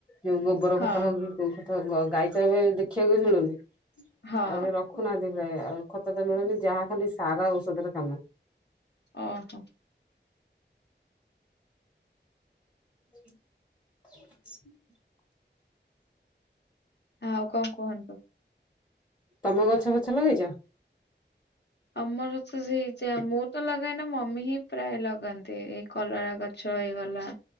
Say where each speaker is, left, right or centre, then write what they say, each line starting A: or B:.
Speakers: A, on the left; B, on the left.
A: ଯୋଉ ଗୋବର
B: ହଁ
A: ଖତ ହଉ କି ଯୋଉ ଖତ ହଉ ଗାଈ ଖତ ଏବେ ଦେଖିବାକୁ ବି ମିଳୁନି ଆଉ
B: ହଁ
A: ଏବେ ରଖୁନାହାନ୍ତି ପ୍ରାୟ ଆଉ। ଖତ ତ ମିଳୁନି ଯାହା ଖାଲି ସାର ଔଷଧରେ କାମ
B: ଓ ହୋ।
A: <unintelligible>
B: ଆଉ କଣ କୁହନ୍ତୁ?
A: ତମ ଗଛ ଫଛ ଲଗେଇଛ?
B: ଆମର ତ ସେଇ ଯା ମୁଁ ତ ଲଗାଏନା ମମି ହିଁ ପ୍ରାୟ ଲଗାନ୍ତି ଏଇ କଲରା ଗଛ ହେଇଗଲା